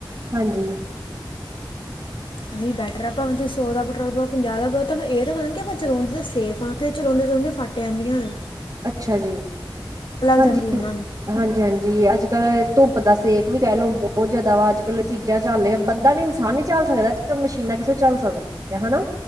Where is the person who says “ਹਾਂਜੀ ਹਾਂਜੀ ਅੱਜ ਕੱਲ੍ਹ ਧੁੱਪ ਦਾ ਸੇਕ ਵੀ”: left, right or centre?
Right